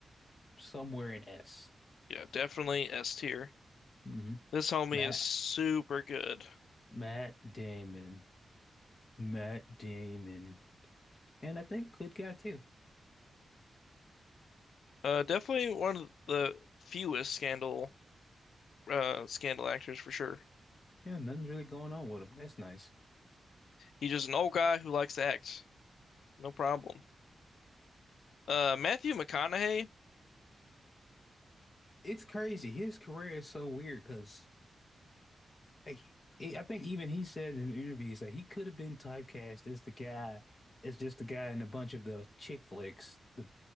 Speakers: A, on the left; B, on the left.
A: Somewhere in S.
B: Yeah, definitely S tier.
A: hmm
B: This homie
A: Matt
B: is super good.
A: Matt Damon. Matt Damon. And I think good guy too.
B: Uh, definitely one of the fewest scandal uh, scandal actors for sure.
A: Yeah, nothing's really going on with him. That's nice.
B: He's just an old guy who likes to act. No problem. Uh, Matthew McConaughey,
A: It's crazy. His career is so weird because Like, he- I think even he said in interviews like he could have been typecast as the guy, as just the guy in a bunch of the chick flicks, the